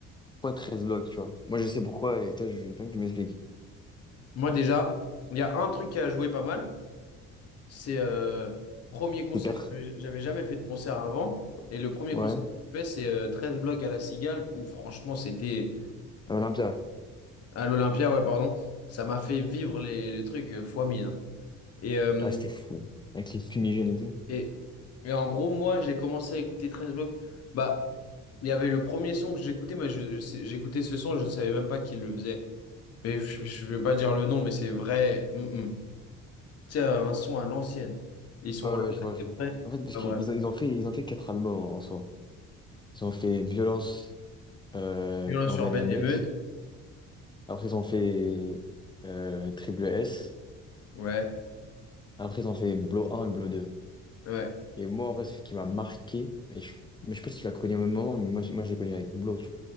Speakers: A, on the left; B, on the left.
A: Pourquoi treize blocs, tu vois? Moi, je sais pourquoi, et toi, je veux bien que tu m'expliques.
B: Moi déjà, il y a un truc qui a joué pas mal, c'est euh, premier concert.
A: C'est quatre
B: J'avais jamais fait de concert avant, et le premier
A: Ouais.
B: concert que j'ai fait, c'est euh, 13 blocs à la Cigale, où franchement c'était
A: À Olympia.
B: à l'Olympia, ouais pardon, ça m'a fait vivre les, les trucs euh, fois 1000. Et, euh,
A: Ah, c'était fou. Avec les fumigènes et tout.
B: et, et en gros, moi j'ai commencé à écouter 13 blocs, bah il y avait le premier son que j'écoutais, mais je- je sais- j'écoutais ce son, je ne savais même pas qui le faisait. Mais je, je vais pas dire le nom, mais c'est vrai. mm, mm. Tu sais, un son à l'ancienne. Ils sont
A: Ouais,
B: là,
A: ouais, je vois, je
B: c'est
A: vois.
B: vrai.
A: En fait, parce
B: Pas
A: qu'ils
B: vrai.
A: ont, ils ont fait, ils ont fait 4 albums en, en soi. Ils ont fait Violence, euh,
B: Violence
A: Urbaine
B: urbaine
A: Émeute.
B: émeute.
A: Après, ils ont fait euh, Triple S.
B: Ouais,
A: Après, ils ont fait Blow un et Blow deux
B: ouais.
A: Et moi, en vrai, ce qui m'a marqué, et je, mais je sais pas si tu l'as connu au même moment, mais moi, j'ai- moi, je l'ai connu avec Blow,